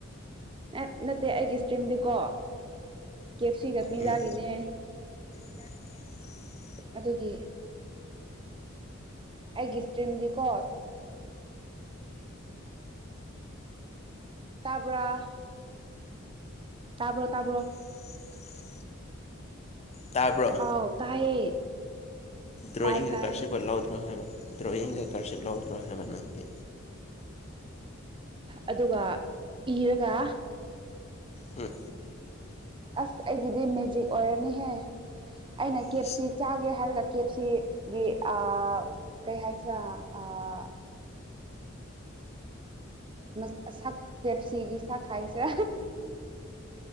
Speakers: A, on the right (about 25°); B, on the left (about 30°).
A: ꯅꯠ ꯅꯠꯇꯦ ꯑꯩꯒꯤ ꯁ꯭ꯇꯔꯤꯝꯗꯤꯀꯣ ꯀꯦ ꯑꯦꯐ ꯁꯤꯒ ꯄꯤꯖꯥꯒꯤꯅꯦ
B: ꯎꯝ <unintelligible>
A: ꯑꯗꯨꯒꯤ ꯑꯩꯒꯤ ꯁ꯭ꯇꯔꯤꯝꯗꯤꯀꯣ ꯇꯥꯕ꯭ꯔꯥ ꯇꯥꯕ꯭ꯔꯣ ꯇꯥꯕ꯭ꯔꯣ
B: <inaudible> ꯇꯥꯕ꯭ꯔꯣ
A: ꯑꯥꯎ ꯇꯥꯏꯌꯦ
B: ꯗ꯭ꯔꯣꯌꯤꯡꯒ
A: ꯇꯥꯏ ꯇꯥꯏ
B: ꯀꯔꯁꯤꯞꯒ ꯂꯧꯗ꯭ꯔꯣ ꯍꯥꯏꯕ ꯗ꯭ꯔꯣꯌꯤꯡꯒ ꯀꯔꯁꯤꯞ ꯂꯧꯗ꯭ꯔꯣ ꯍꯥꯏꯕ ꯅꯪꯗꯤ
A: ꯑꯗꯨꯒ ꯏꯔꯒ
B: ꯍꯝ
A: ꯑꯁ ꯑꯩꯒꯤꯗꯤ ꯃꯦꯖꯤꯛ ꯑꯣꯏꯔꯅꯤꯍꯦ ꯑꯩꯅ ꯀꯦ
B: ꯏꯁ
A: ꯑꯦꯞ ꯁꯤ ꯆꯥꯒꯦ ꯍꯥꯏꯔꯒ ꯀꯦ ꯑꯦꯐꯞ ꯁꯤ ꯒꯤ ꯑꯥ ꯀꯩ ꯍꯥꯏꯁꯤꯔꯥ ꯑꯥ ꯅꯠ ꯃꯁꯛ ꯀꯦ ꯑꯦꯐ ꯁꯤ ꯒꯤ ꯁꯛ ꯍꯥꯏꯁꯦ